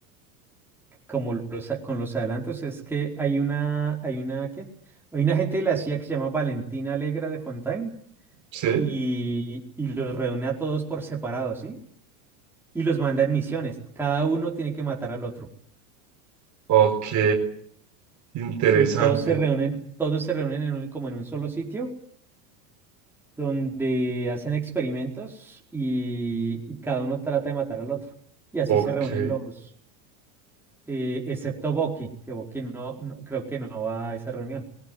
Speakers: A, in the centre; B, on the right (about 40°).
A: como los, a- con los adelantos, es que hay una, hay una, ¿qué? Hay una gente de la CIA que se llama Valentina Alegra de Fontaine
B: Sí.
A: y, y los reúne a todos por separado, ¿sí? Y los manda en misiones. Cada uno tiene que matar al otro.
B: Ok, interesante.
A: Y todos se reúnen, todos se reúnen en un- como en un solo sitio donde hacen experimentos y, y cada uno trata de matar al otro. Y así
B: Ok,
A: se reúnen los, eh, excepto Boqui, que Boqui no, no- creo que no va a esa reunión.